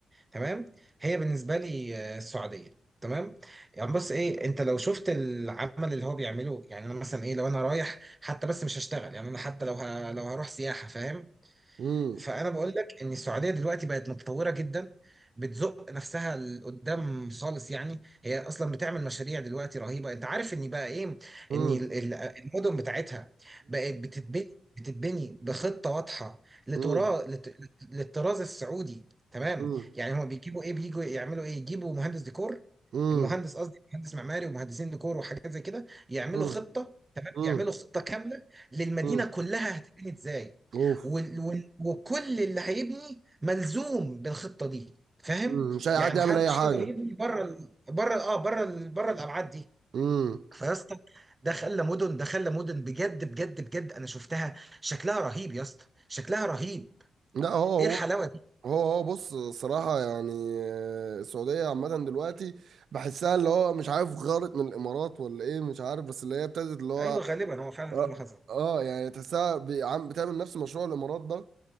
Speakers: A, on the right; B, on the right.
A: تمام هي بالنسبه لي آه، السعوديه تمام يعني بص ايه انت لو شفت العمل اللي هو بيعمله يعني انا مثلا ايه لو انا رايح حتى بس مش هشتغل يعني انا حتى لو ه... لو هروح سياحه فاهم
B: امم
A: فانا بقول لك ان السعوديه دلوقتي بقت متطوره جدا بتزق نفسها لقدام خالص يعني هي اصلا بتعمل مشاريع دلوقتي رهيبه انت عارف ان بقى ايه
B: امم
A: ان ال- ال- المدن بتاعتها بقت بتتبني بتتبني بخطه واضحه لتراث
B: امم
A: للطراز السعودي تمام
B: مم.
A: يعني هو بيجيبوا ايه بيجوا يعملوا ايه يجيبوا مهندس ديكور
B: مم.
A: المهندس قصدي مهندس معماري ومهندسين ديكور وحاجات زي كده يعملوا
B: مم.
A: خطه تمام
B: مم.
A: يعملوا خطه كامله للمدينه
B: مم.
A: كلها هتبني ازاي
B: اوف
A: وال وال وكل اللي هيبني ملزوم بالخطه دي فاهم
B: مم. مش اي
A: يعني
B: حد يعمل
A: محدش
B: اي حاجه
A: يقدر يبني بره ال- بره اه بره ال- بره الابعاد دي
B: مم.
A: فيا اسطى ده خلى مدن ده خلى مدن بجد بجد بجد انا شفتها شكلها رهيب يا اسطى شكلها رهيب
B: لا هو
A: ايه الحلاوه
B: هو
A: دي
B: هو هو بص صراحة يعني آه، السعودية عامة دلوقتي بحسها اللي هو مش عارف غارت من الإمارات ولا إيه مش عارف بس اللي هي ابتدت اللي هو
A: ايوه غالبا هو فعلا
B: آه,
A: ده اللي حصل
B: آه يعني تحسها بيعم- بتعمل نفس مشروع الإمارات ده